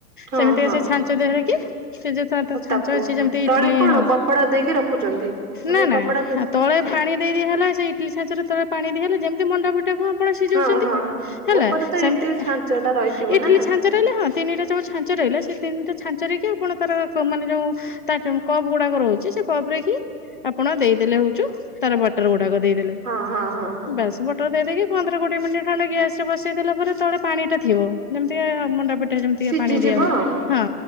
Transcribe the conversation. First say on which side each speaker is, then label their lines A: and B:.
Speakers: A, on the right; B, on the left.
A: ହଁ
B: ସେମିତିଆ
A: ହଁ
B: ସେ ଛାଞ୍ଚ ଦେହରେ କି ସେ ଜୋ ତା ତା ଛାଞ୍ଚ
A: ତାକୁ
B: ଅଛି ଯେମିତି
A: ତଳେ
B: ଇଟିଲି
A: କଣ
B: ହଁ।
A: କପଡା ଦେଇକି ରଖୁଛନ୍ତି। ମାନେ
B: ନା ନା
A: କପଡା କି
B: ଆଉ ତଳେ ପାଣି ଦେଇଦିଆ ହେଲା ସେଇଟିଲି ସାଞ୍ଚ ରେ ତଳେ ପାଣି ଦିଇଆହେଲେ ଯେମିତି ମଣ୍ଡା ସେଟାକୁ ଆପଣ ସିଯୋଉଚନ୍ତି
A: ହଁ ହଁ
B: ହେଲା
A: ଉପରେ ତ
B: ସେମିତି
A: ଇଟିଲି ଛାଞ୍ଚ ଟା ରହିଥିବ
B: ଇଟିଲି
A: ନା।
B: ଛା ଛ ରହିଲେ ହଁ ତିନିଟା ଜୋଉ ଛାଞ୍ଚ ରହିଲା ସେ ତିନିଟା ଛାଞ୍ଚରେକି ଆପଣ ତାର ପ ମାନେ ଯୋଉ ତା ତେଣୁ କପ୍ ଗୁଡାକ ରହୁଚି ସେ କପ୍ ରେ କି ଆପଣ ଦେଇଦେଲେ ହୋ ଟୁ ତାର ବାର୍ଟର ଗୁଡାକ ଦେଇଦେଲେ
A: ହଁ ହଁ ହଁ ହଁ
B: ବାସ୍। ବର୍ଟ ଦେଇଦେଇକି ପନ୍ଦର କୋଡିଏ ମିନିଟ୍ ଖଣ୍ଡେ ଗ୍ୟାସରେ ବସେଇଦେଲା ପରେ ତଳେ ପାଣିଟା ଥିବ ଯେମିତି କା ମଣ୍ଡା ପି ଟା ଯେମିତି
A: ସିଝିଯିବ
B: ପାଣି ଦିଇଆ ହୁଏ
A: ଆଉ
B: ହଁ